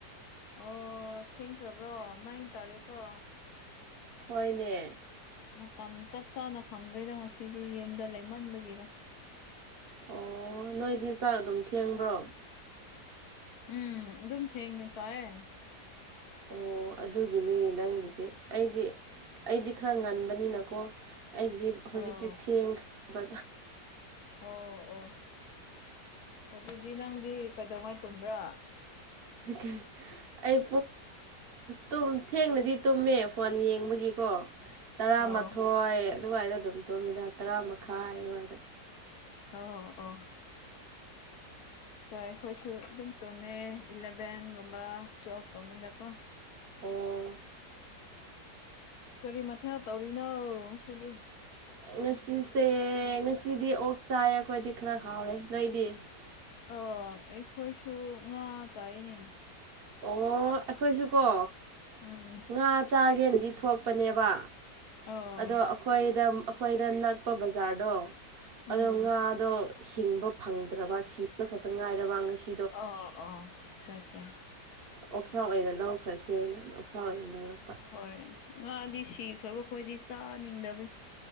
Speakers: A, on the left (about 70°); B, on the right (about 50°).
A: ꯑꯣ ꯊꯦꯡꯈ꯭ꯔꯕ꯭ꯔꯣ ꯅꯥꯏ ꯇꯥꯔꯦꯀꯣ
B: ꯍꯣꯏꯅꯦ
A: ꯃꯇꯝ ꯆꯞ ꯆꯥꯅ ꯈꯪꯗ꯭ꯔꯣꯏꯦꯗ ꯉꯁꯤꯗꯤ ꯌꯨꯝꯗ ꯂꯩꯃꯟꯕꯒꯤꯔ
B: ꯑꯣ ꯅꯣꯏꯗꯤ ꯆꯥꯛ ꯑꯗꯨꯝ ꯊꯦꯡꯕ꯭ꯔꯣ
A: ꯎꯝ ꯑꯗꯨꯝ ꯊꯦꯡꯉꯦ ꯆꯑꯦ
B: ꯑꯣ ꯑꯗꯨꯒꯤꯅꯤꯅꯦ ꯅꯪꯒꯤꯗꯤ ꯑꯩꯗꯤ ꯑꯩꯗꯤ ꯈꯔ ꯉꯟꯕꯅꯤꯅꯀꯣ ꯑꯩꯗꯤ ꯍꯧꯖꯤꯛꯇꯤ
A: ꯑꯣ
B: ꯊꯦꯡꯈ꯭ꯔꯕ
A: ꯑꯣ ꯑꯣ ꯑꯗꯨꯗꯤ ꯅꯪꯗꯤ ꯀꯩꯗꯧꯉꯥꯏ ꯇꯨꯝꯕ꯭ꯔꯥ
B: ꯑꯗꯨꯗꯒꯤ ꯑꯩ ꯄꯨꯡ ꯊꯦꯡꯅꯗꯤ ꯇꯨꯝꯃꯦ ꯐꯣꯟ ꯌꯦꯡꯕꯒꯤꯀꯣ ꯇꯔꯥꯃꯥꯊꯣꯏ
A: ꯑꯣ
B: ꯑꯗꯨꯋꯥꯏꯗ ꯑꯗꯨꯝ ꯇꯣꯝꯃꯤꯗ ꯇꯔꯥ ꯃꯈꯥꯏ ꯑꯗꯨꯋꯥꯏꯗ
A: ꯑꯣ ꯑꯣ ꯆ ꯍꯣꯏꯁꯨ ꯑꯗꯨꯝ ꯇꯃꯦ ꯏꯂꯚꯦꯟꯒꯨꯝꯕ ꯇ꯭ꯨꯋꯦꯜꯐꯀꯨꯝꯕꯗꯀꯣ
B: ꯑꯣ
A: ꯀꯔꯤ ꯃꯊꯦꯜ ꯇꯧꯔꯤꯅꯣ ꯉ ꯁꯤꯗꯤ
B: ꯉꯁꯤꯁꯦ ꯉꯁꯤꯗꯤ ꯑꯣꯛ ꯆꯥꯏ ꯑꯩꯈꯣꯏꯗꯤ ꯈꯔ ꯍꯥꯎꯔꯦ ꯅꯣꯏꯗꯤ
A: ꯑ ꯑꯩꯈꯣꯏꯁꯨ ꯉꯥ ꯆꯥꯏꯅꯦ
B: ꯑꯣ ꯑꯩꯈꯣꯏꯁꯨꯀꯣ
A: ꯎꯝ
B: ꯉꯥ ꯆꯥꯒꯦꯅꯗꯤ ꯊꯣꯛꯄꯅꯦꯕ
A: ꯑꯣ
B: ꯑꯗꯣ ꯑꯩꯈꯣꯏꯗ ꯑꯩꯈꯣꯏꯗ ꯅꯛꯄ ꯕꯖꯥꯔꯗꯣ
A: ꯎꯝ
B: ꯑꯗꯣ ꯉꯥꯗꯣ ꯍꯤꯡꯕ ꯐꯪꯗ꯭ꯔꯕ ꯁꯤꯕ ꯈꯛꯇ ꯉꯥꯏꯔꯕ ꯉꯁꯤ
A: ꯑꯣ ꯑꯣ ꯆꯥ ꯆꯥ
B: ꯑꯣꯛꯁꯥ ꯑꯣꯏꯅ ꯂꯧꯈ꯭ꯔꯁꯦꯅ ꯑꯣꯛꯁꯥ ꯑꯣꯏꯅ ꯂꯧꯔꯛ
A: ꯍꯣꯏ ꯉꯥꯗꯤ ꯁꯤꯈ꯭ꯥꯔꯕꯈꯣꯏꯗꯤ ꯆꯥꯅꯤꯡꯗꯕꯅꯤ